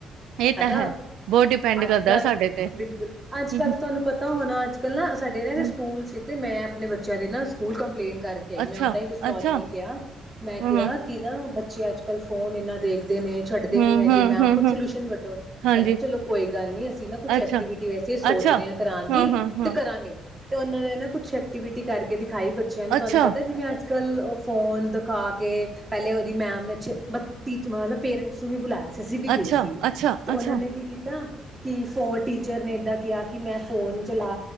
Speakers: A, on the right (about 85°); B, on the right (about 20°).
A: ਇਹ ਤਾਂ
B: ਹਨਾ
A: ਹੈ ਬਹੁਤ ਡਿਪੈਂਡ
B: ਅੱਜ
A: ਕਰਦਾ
B: ਕੱਲ
A: ਸਾਡੇ
B: ਬਿਲਕੁਲ
A: ਤੇ
B: ਅੱਜ ਕੱਲ ਤਾਂ ਤੁਹਾਨੂੰ ਪਤਾ ਹੋਣਾ ਅੱਜ ਕੱਲ ਨਾ ਸਾਡੇ ਨਾ
A: ਹੂੰ,
B: ਸਕੂਲ ਤੇ ਮੈਂ ਆਪਣੇ ਬੱਚਿਆਂ ਦੀ ਨਾ ਸਕੂਲ ਕੰ ਪਲੇਨ ਕਰਕੇ ਆਈ
A: ਅੱਛਾ,
B: ਮੈਂ ਓਦਾਂ ਹੀ ਜਿਸ ਨੋਰਮਲ
A: ਅੱਛਾ,
B: ਕਿਹਾ ਮੈਂ
A: ਹਾਂ-ਹਾਂ,
B: ਕਿਹਾ ਕਿ ਨਾ ਬ ਬੱਚੇ ਅੱਜ ਕੱਲ ਫੋਨ ਇੰਨਾ ਦੇਖਦੇ ਛੱਡਦੇ
A: ਹਾਂ-ਹਾਂ-ਹਾਂ-ਹਾਂ,
B: ਨੀ ਹੈਗੇ ਮੈਮ ਕੁਛ ਸੋਲਿਊਸ਼ਨ ਕੱਢੋ
A: ਹਾਂਜੀ,
B: ਕਹਿੰਦੇ ਚਲੋ ਕੋਈ ਗੱਲ ਨੀ ਅਸੀਂ ਨਾ ਕੁਛ
A: ਅੱਛਾ,
B: ਐਕਟੀਵਿਟੀ ਵੈਸੇ ਸੋਚ
A: ਅੱਛਾ।
B: ਰਹੇ ਹਾਂ ਕਰਾਉਣ
A: ਹਾਂ-ਹਾਂ-ਹਾਂ,
B: ਦੀ ਤੇ ਕਰਾਂਗੇ <unintelligible> ਕੁਛ ਐਕਟੀਵਿਟੀ ਕਰਦੇ ਦੀ ਹਾਏ ਬੱਚਿਆ ਨੂੰ ਤੁਹਾਨੂੰ
A: ਅੱਛਾ,
B: ਪਤਾ ਜਿਵੇਂ, ਅੱਜ ਕੱਲ ਉਹ ਫੋਨ ਦਿਖਾ ਕੇ ਪਹਿਲੇ ਉਹਦੀ ਮੈਮ <unintelligible> ਪੇਰੈਂਟਸ ਨੂੰ ਵੀ ਬੁਲਾਇਆ ਸੀ। ਅਸੀਂ ਵੀ
A: ਅੱਛਾ,
B: ਗਏ ਸੀ
A: ਅੱਛਾ,
B: ਤੇ ਉਹਨਾਂ
A: ਅੱਛਾ,
B: ਨੇ ਕੀ ਕੀਤਾ। ਕਿ ਫੋਨ ਟੀਚਰ ਨੇ ਏਦਾਂ ਕਿਹਾ ਕਿ ਮੈਂ ਫੋਨ ਚਲਾ